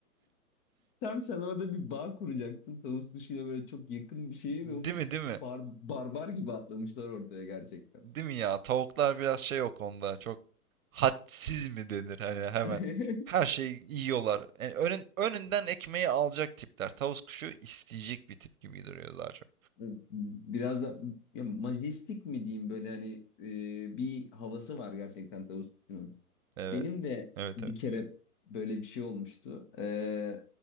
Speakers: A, on the left (about 35°); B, on the right (about 60°).
A: Tam sen orada bir bağ kuracaksın tavus kuşuyla böyle çok yakın bir şeyin
B: Değil
A: olup
B: mi, değil mi?
A: bar- barbar gibi atlamışlar ortaya gerçekten.
B: Değil mi ya? Tavuklar biraz şey o konuda çok hadsiz mi denir hani hemen.
A: <laughs>
B: Her şeyi yiyorlar. Yani önün önünden ekmeği alacak tipler. Tavus kuşu isteyecek bir tip gibi duruyor daha çok.
A: Biraz da ya majestik mi diyeyim böyle hani e, bir havası var gerçekten tavus kuşunun.
B: Evet.
A: Benim de
B: Evet,
A: bir
B: evet.
A: kere böyle bir şey olmuştu. Ee,